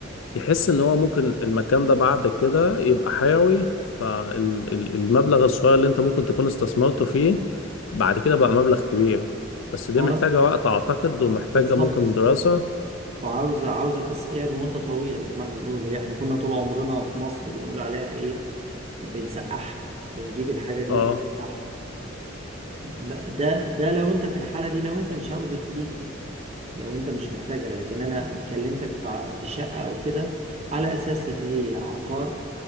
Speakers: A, on the left; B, on the right.
A: يحس إن هو ممكن المكان ده بعد كده يبقى حيوي فالمبلغ الصغير اللي أنت ممكن تكون استثمرته فيه بعد كده بقى مبلغ كبير بس دي
B: هو
A: محتاجة وقت أعتقد ومحتاجة
B: بالظبط
A: ممكن دراسة
B: وعاوزه عاوزه تسقية لمده طويله زي ما احنا بنقول هي احنا كنا طول عمرنا في مصر بنقول عليها ايه بنسقعها بنجيب الحاجه دي
A: اه
B: وبنسقعها ما- ده ده لو انت في الحاله دي لو انت مش عاوز الفلوس دي لو انت مش محتاجها لكن انا كلمتك في ع- في شقه او كده على اساس اللي هي عقار